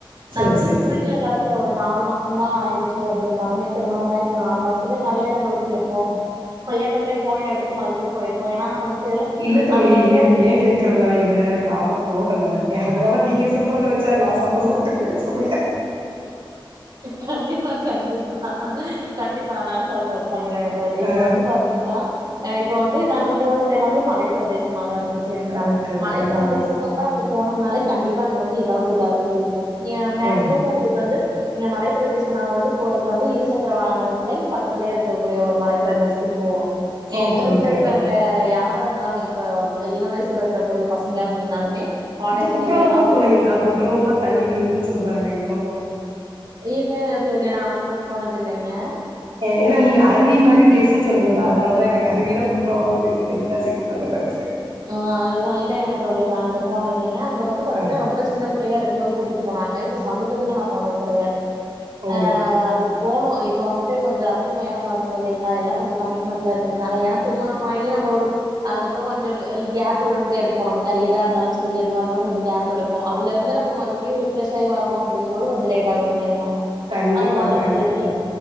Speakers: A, on the right; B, on the right.
A: நா
B: சரி,
A: வந்து
B: சரி,
A: குறுகிய
B: சரி.
A: காலத்துல ஒரு நாலு மாசந்தா ஆயிருச்சு அப்டின்னாலுமே திருமணமாயி இந்த நாலு மாசத்துலயெ நறைய எடங்களுக்கு போயிருப்போ இப்ப ஏற்கனவே போன எடத்துக்கு மறுபடியு போயிருப்போ ஏன்னா வந்துட்டு
B: இல்ல தோழி
A: நாங்க போற
B: ஏ ஏ கேக்குறனா இத நாலா போகல அதனால நீங்க சொல்றத வச்சா நான் சந்தோஷப்பட்டுக்குவேன் சொல்லுங்க.
A: கண்டிப்பா கண்டிப்பா கண்டிப்பா நா சொல்றே சொல்றே தோழி
B: ஆ
A: இப்ப வந்து பாத்தீங்கனா இப்ப வந்து நாங்க போறதெல்லாமே மலை பிரதே சமாதா இருக்கு செரிங்ளா
B: ஓகே, ஓகே.
A: மலைப்பிரதேச
B: ஆ
A: பக்க நம்ம போனொம்னாலே கண்டிப் பா அங்க வந்து எதாவ்து ஒரு அருவி இருக்கு ஏ மேக்சிமம்
B: ம்.
A: ஒங்ளுக்கு வந்து இங்க மலைப் பிரதேச நாங்க வந்து போறது வந்து இருசக்கர வாகனத்துல இங்க பக்கத்துலயே இருக்கக்கூடிய ஒரு மலைப்பிரதேசத்துக்கு போவோ எங்க
B: ஓகே,
A: ஊர்ல
B: ஓகே.
A: இருக்கவுங்க யா ரா இருந்தாலு‌ இப்ப ப இளம் வயசுல இருக்கக்கூடிய பசங்க அப்டின்னாலுமே காலேஜ்
B: குற்றாலொல்லா
A: லீவ் எல்லா விட்டா
B: போனீங்ளா குற்றாலொல்லா தண்ணி விழுகுதுன் சொல்றாங்க அங்கல்லா
A: இல்ல தோழி நா அங்க போனதில்லைங்க
B: அ ஏனா நீங்க அருவி மாரி பிளேஸுன் சொன்னீங்களா அதனாலதா எனக்கு அருவினா குற்றாலந்தா தெரியு தென்காசி பக்கத்துலருக்குது
A: ஆ அதுதா இல்லைங்க தோழி நா அங்க போனதில்லெங்க அங்க வந்து பாத்தீங்னா
B: ஆ
A: ரொம்ப சின்ன புள்ளையா இருக்கும் போது கூட்டிட்டு போனாங்க இப் ப சமீபத்துல நா போனது கடையாது
B: ஓ
A: ஆ அதுக்கு போனு இப் ப வந்துட்டு கொஞ்ச அதுக்கு நேர வரனு இல்லைங்ளா எல்லா கொஞ்ச கமிட்மெண்ட்ல இருக்குறனால எனக் திருமணமாகியெ ந <unintelligible> அதுக்கப்றொ கொஞ் <unintelligible> கேப்பு வந்து எடுப்போ நம்ம கரியரா இருந்தாலும் சரி எதுவா இருந்தாலு கொஞ்ச கேப் எடுப் பொ அதுலெருந்து நம்ம மறுபடியு ரிஃ ப்ரஷ் ஆயி வரனு அப்டிங்கம்மோது கொஞ்ச லேட்டாகும் இல்லைங்ளா
B: கண்டிப்பா
A: அதுனால
B: கண்டிப்பா
A: சேரி